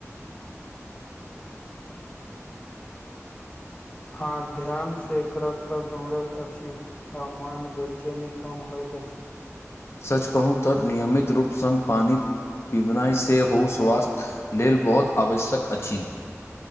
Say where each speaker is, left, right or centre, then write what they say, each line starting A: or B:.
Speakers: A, on the left (about 55°); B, on the left (about 25°).
A: <inaudible>
B: हँ ध्यान से एकरक तऽ दौड़ैत अछि आ मान बेचेनी कम होइत अछि
A: सच कहूँ तऽ नियमित रूप सङ् पानी पिबनाइ सेहो स्वास्थ्य लेल बहुत आवश्यक अछि